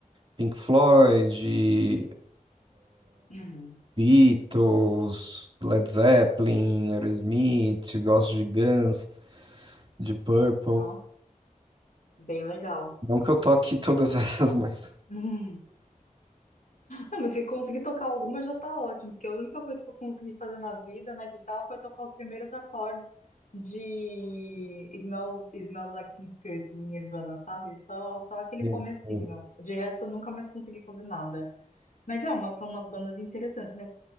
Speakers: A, on the right; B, on the left.
A: Pink Floyd,
B: Uhum.
A: Beatles, Led Zeppelin, Aerosmith, gosto de Guns, de Purple.
B: Ó, bem legal.
A: Não que eu toque todas <laughs> essas, mas.
B: <laughs> Ah, mas se conseguir tocar alguma já tá ótimo, porque a única coisa que eu consegui fazer na vida, na guitarra, foi tocar os primeiros acordes de Smells, Smells Like Teen Spirit do Nirvana, sabe? Só, só aquele
A: Isso.
B: comecinho. De resto, eu nunca mais consegui fazer nada. Mas é, uma, são umas bandas interessantes, né?